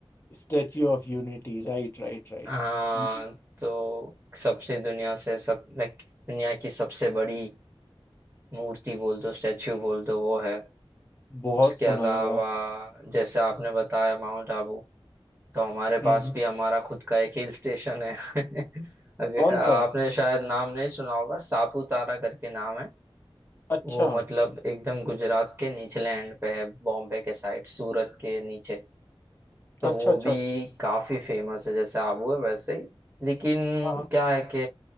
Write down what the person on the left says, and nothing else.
Statue of unity right right right
ये
बहुत
सुना
है यार
हम्म
हम्म।
कौन
सा
अच्छा
अच्छा
अच्छा
अच्छा
हाँ